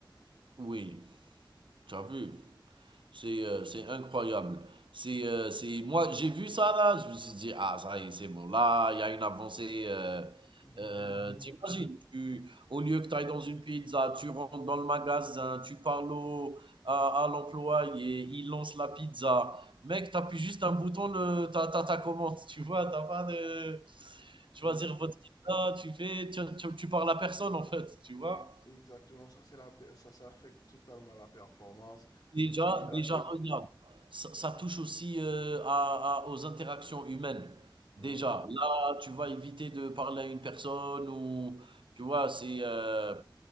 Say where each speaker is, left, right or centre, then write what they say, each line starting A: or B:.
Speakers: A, on the right; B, on the left.
A: Oui, tu as vu? C'est euh, c'est incroyable. C'est euh, c'est moi j'ai vu ça là, je me suis dit ah ça y est, c'est bon là, il y a une avancée euh,
B: <laughs>
A: euh, t'imagines tu au lieu que tu ailles dans une pizza, tu rentres dans le magasin, tu parles au, à, à l'employé, il lance la pizza. Mec, tu appuies juste un bouton le ta ta ta commande, tu vois, t'as pas de choisir
B: Et,
A: votre pizza, tu fais tu, tu, tu parles à personne en fait, tu vois.
B: et- exactement, ça, c'est la, pe- ça, ça affecte totalement la performance.
A: Déjà
B: Et puis, euh,
A: déjà
B: et-
A: regarde, ça ça touche aussi, heu, à à aux interactions humaines.
B: Mhm,
A: Déjà, là, tu vas éviter de parler à une personne ou tu vois? C'est, heu,